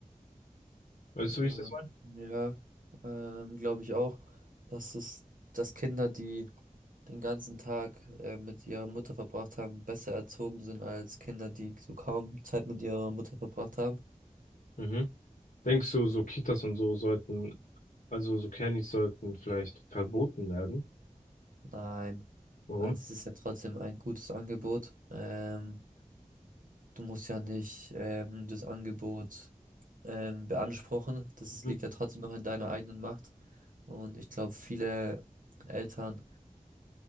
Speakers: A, on the left; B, on the right.
A: Weißt du, wie
B: Ähm,
A: ich das meine?
B: ja, ähm, glaube ich auch, dass es, dass Kinder, die den ganzen Tag äh, mit ihrer Mutter verbracht haben, besser erzogen sind als Kinder, die so kaum Zeit mit ihrer Mutter verbracht haben.
A: Mhm. Denkst du, so Kitas und so sollten, also so Kernis sollten vielleicht verboten werden?
B: Nein,
A: Warum?
B: weil das ist ja trotzdem ein gutes Angebot. Ähm, du musst ja nicht ähm, das Angebot ähm, beanspruchen. Das
A: Mhm.
B: liegt ja trotzdem noch in deiner eigenen Macht. Und ich glaube, viele Eltern